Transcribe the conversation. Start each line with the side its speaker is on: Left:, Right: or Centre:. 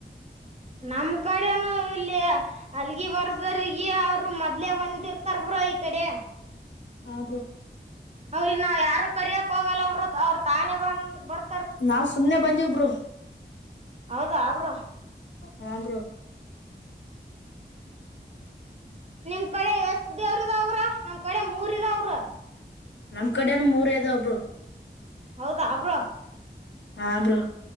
Right: ನಮ್ ಕಡೆನು ಇಲ್ಲಿ ಅಲ್ಗಿ ಬರ್ಸ್ರಗ ಅವರು ಮೊದ್ಲೆ ಒಂದಿರ್ತಾರ ಬಿ ಇ ಕಡೆ
Left: ಆ ಬೋ
Right: ಅವ್ರ ನಾ ಯಾರು ಕರ್ಯಕ್ ಹೋಗಲ್ಲ ಬ್ರೊ ಅವ್ರ ತಾನೇ ಬಂದ್ ಬರ್
Left: ನಾವ್ ಸುಮ್ನೆ ಬಂದಿವ್ ಬ್ರೊ
Right: ಹೌದಾ ಬ್ರೊ
Left: ಹಾ ಬ್ರೊ
Right: ನಿಮ್ ಕಡೆ ಎಷ್ಟ ದೇವ್ರ ಇದಾವ್ ಬ್ರೊ ನಮ್ ಕಡೆ ಮೂರ ಇದಾವ್ ಬ್ರೊ.
Left: ನಮ್ ಕಡೆನು ಮೂರ ಅದ ಒಬ್ರು
Right: ಹೌದಾ ಅಬ್್ರ
Left: ಹಾ ಬ್ರೋ